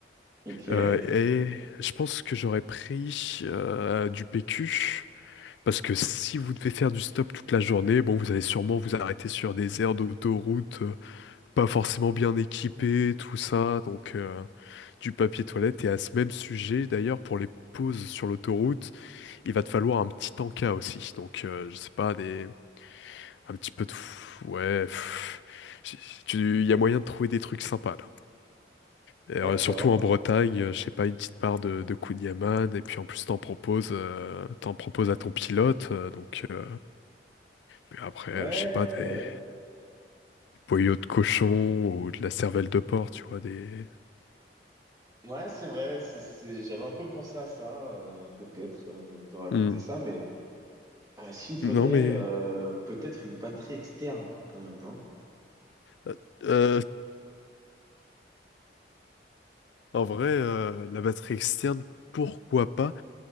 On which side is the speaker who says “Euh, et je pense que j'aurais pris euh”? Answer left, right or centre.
Left